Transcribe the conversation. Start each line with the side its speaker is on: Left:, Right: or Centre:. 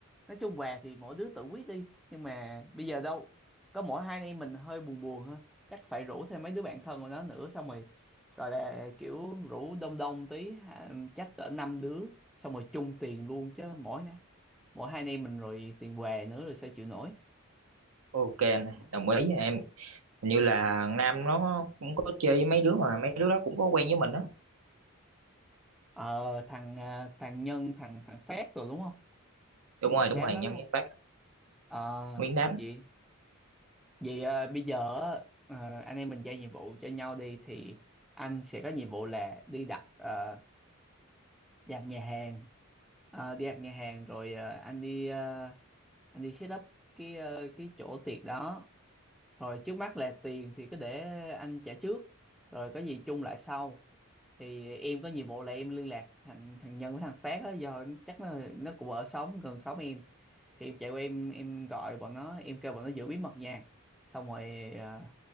Centre: nói chung về thì mỗi đứa tự quyết đi nhưng mà bây giờ đâu có mỗi hai anh em mình hơi buồn buồn ha chắc phải rủ thêm mấy đứa bạn thân của nó nữa xong rồi gọi là kiểu rủ đông đông tí ha, chắc cỡ năm đứa xong rồi chung tiền luôn chứ mỗi nè mỗi hai anh em mình rồi tiền què nữa rồi sao chịu nổi
Right: ok anh đồng ý em Hình như là Nam nó cũng có chơi với mấy đứa mà mấy đứa đó cũng có quen với mình đó
Centre: ờ thằng à, thằng Nhân thằng thằng Phát rồi đúng không
Right: đúng
Centre: đám
Right: rồi đúng rồi
Centre: đó
Right: nhân
Centre: luôn
Right: viên phát
Centre: ờ
Right: nguyên đám
Centre: vậy vậy à, bây giờ á, ờ, anh em mình giao nhiệm vụ cho nhau đi thì anh sẽ có nhiệm vụ là đi đặt ờ, đi ăn nhà hàng Ờ, đi ăn nhà hàng rồi ờ, anh đi ờ, anh đi set up cái ờ, cái chỗ tiệc đó rồi trước mắt là tiền thì cứ để anh trả trước rồi có gì chung lại sau thì em có nhiệm vụ là em liên lạc thằng thằng Nhân với thằng Phát đó do chắc nó nó cũng ở xóm gần xóm em thì em chạy qua em em gọi bọn nó em kêu bọn nó giữ bí mật nha xong rồi ờ,